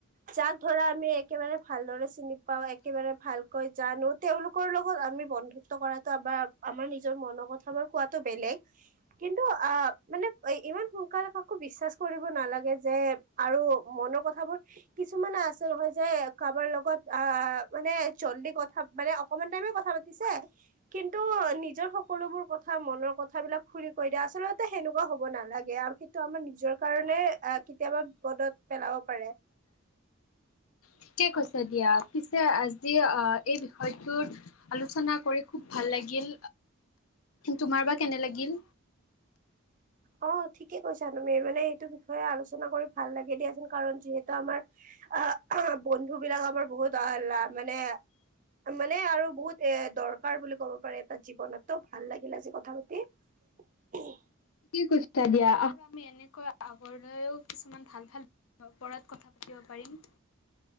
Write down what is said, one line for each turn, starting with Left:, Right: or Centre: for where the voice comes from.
Right: যাক ধৰা আমি একেবাৰে ভালদৰে চিনি পাঁও একেবাৰে ভালকৈ জানো তেওঁওলোকৰ লগত আমি বন্ধু টকাৰ এটা বা আমাৰ আমাৰ নিজৰ মনৰ কথাবোৰ কোৱাটো বেলেগ। কিন্তু, আ, মানে ইমান সোনকালে কাকো বিশ্বাস কৰিব নালাগে যে যে আৰু মনৰ কথাবোৰ কিছুমানে আছে নহয় যে কাৰোবাৰ লগত আ মানে জল্দি কথা মানে অকমান টাইমে কথা পাতিছে কিন্তু নিজৰ সকলোবোৰ কথা মনৰ কথাবিলাক খুুলি কৈ দিয়ে আচলতে সেনেকুৱা হ'ব নালাগে, আৰু সেইটো আমাৰ নিজৰ কাৰণে অ, কেতিয়াবা বিপদত পেলাব পাৰে।
Left: ঠিকেই কৈছা দিয়া। পিছে আজি আহ, এই বিষয়টোৰ আলোচনা কৰি খুব ভাল লাগিল। তোমাৰ বা কেনে লাগিল?
Right: অ, ঠিকে কৈছা তুমি মানে এইটো বিষয়ে আলোচনা কৰি ভাল লাগে দিয়াচোন কাৰণ যিহেতু আমাৰ <unintelligible> বন্ধু বিলাক আমাৰ বহুত আহল্লাহ মানে মা নে আৰু বহুত এ দৰকাৰ বুলি ক'ব পাৰে এটা জীৱনতো, ভাল লাগিল আজি কথা পাতি। <unintelligible>
Left: কি কৰিছা দিয়া, আৰু আমি এনেকৈ আগৰলৈও কিছুমান ভাল ভাল ওপৰত কথা পাতিব পাৰিম।